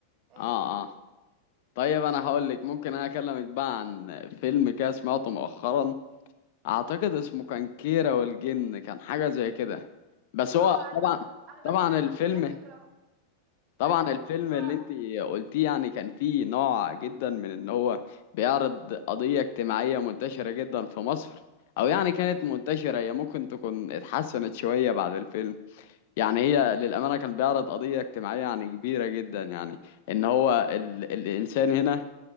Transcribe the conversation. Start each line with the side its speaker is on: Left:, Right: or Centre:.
Right: اه
Left: اه
Right: ك-
Left: اه طيب انا هقول لك ممكن انا اكلمك بقى عن فيلم كده سمعته مؤخرا اعتقد
Right: مم.
Left: اسمه كان كيرة والجن كان حاجة زي كده بس
Right: اه،
Left: هو
Right: انا
Left: طبعا
Right: ما انا
Left: طبعا
Right: ما سمعتوش
Left: الفيلم
Right: على فكرة م-
Left: طبعا
Right: ما سمعتوش
Left: الفيلم
Right: و-
Left: اللي انت قلتيه يعني كان فيه نوع جدا من ان هو بيعرض قضية اجتماعية منتشرة جدا في مصر او يعني كانت منتشرة هي ممكن تكون اتحسنت شوية بعد الفيلم يعني هي للأمانة كان بيعرض قضية اجتماعية يعني كبيرة جدا يعني ان هو ال الانسان هنا